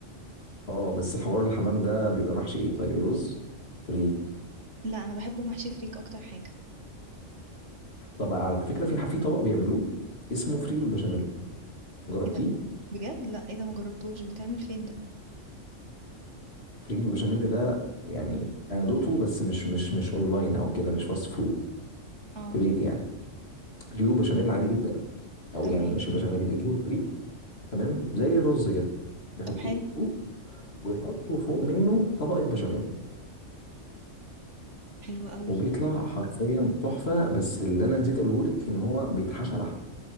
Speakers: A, on the left; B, on the right.
A: اه بس حوار الحمام ده بيبقى محشي ايه طيب رز فريك
B: لا انا بحبه محشي فريك اكتر حاجة
A: طب على فكرة في في طبق بيعملوه اسمه فريك بالبشاميل جربتيه
B: ايه ده بجد لا ايه ده ما جربتوش بيتعمل فين ده
A: فريك بالبشاميل ده يعني انا دوقته بس مش مش مش اونلاين او كده مش فاست فود
B: اه
A: في بيتي يعني بيجيبوا بشاميل عادي جدا او
B: تمام
A: يعني مش البشاميل يجيبوا فريك تمام زي الرز كده يحطوه
B: طب حلو
A: ويحطوا فوق منه طبقة بشاميل
B: حلو قوي
A: وبيطلع حرفيا تحفة بس اللي انا نسيت اقوله لك ان هو بيتحشى لحمة